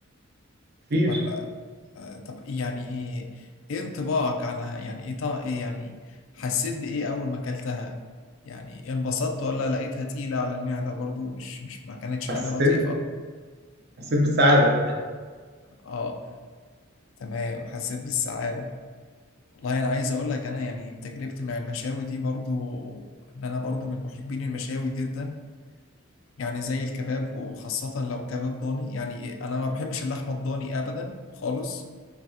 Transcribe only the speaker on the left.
ولا آه، طب ايه يعني ايه ايه انطباعك عنها يعني ايه طع... ايه يعني حسيت بايه اول ما اكلتها يعني انبسطت ولا لقيتها تقيلة على المعدة برضو مش مش ما كانتش حاجة
لطيفة
اه تمام حسيت بالسعادة والله أنا عايز أقول لك أنا يعني تجربتي مع المشاوي دي برضو إن أنا برضو من محبين المشاوي جدا يعني زي الكباب وخاصة لو كباب ضاني يعني إيه، أنا ما بحبش اللحمة الضاني أبدا خالص